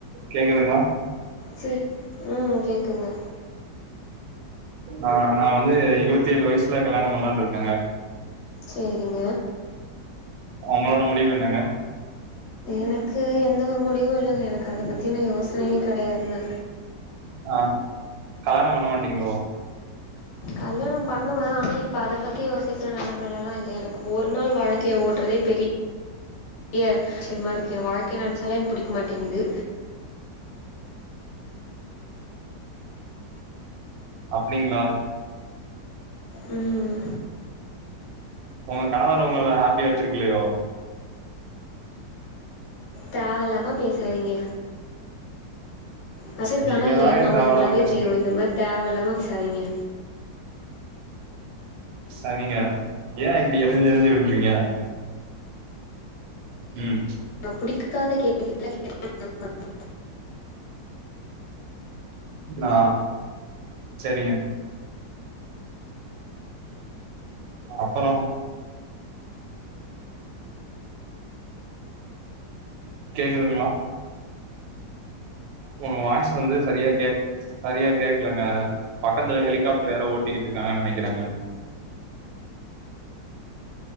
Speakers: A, on the right; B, on the left.
A: கேக்குதுங்கலா
B: சேரி ம் கேக்குதுங்க
A: ஆ நா வந்து இருபத்தி ஏழு வயசுல கல்யாண பண்ணலாம்னு இருக்கேங்க
B: சேரிங்க
A: ஒங்களோட முடிவு என்னங்க
B: எனக்கு எந்த ஒரு முடிவு இல்லங்க எனக்கு அதை பத்துன்னா யோசனையே கெடையாதுங்க
A: ஆ கல்யாணம் பண்ண மாட்டீங்களோ
B: கல்யாணாம் பண்ணுவே ஆனா இப்ப அத பத்தி யோசிக்கறே நி நிலமைலா இல்ல எனக்கு ஒரு நாள் வாழ்க்கை ஓட்றதே பெரிய பெரிய இதுவா இருக்கு எ வாழ்கைய நினைச்சாலே பிடிக்க மாட்டேங்குது
A: அப்படிங்களா
B: ம்ம்
A: உங்க கணவர் உங்கள ஹாப்பியா வச்சிருக்கலையோ
B: தேவ இல்லாம பேச பேசாதிங்க வச்சு இருக்காற
A: நீங்க
B: இல்லயையானு
A: தாங்க
B: உங்களுக்கு
A: தேவயில்லாம
B: நல்லாவே
A: பேசுனீங்க
B: தெரியு இந்த மாறி தேவ இல்லாம பேசாதீங்க
A: சேரிங்க ஏன் இப்டி எருஞ்சி எருஞ்சி விழுறீங்க ம்
B: பிடிக்காத கேள்வி கேக்கு <unintelligible> <unintelligible>
A: ஆ சேரிங்க அப்புற கேக்குதுங்களா உங்க வாய்ஸ் வந்து சரியா கேக் சரியா கேக் இல்லங்க பக்கத்துல ஹெலிகாப்டர் யாரோ ஓட்டிக்கிட்டு இருக்காங்கனு நினைக்கிறேங்க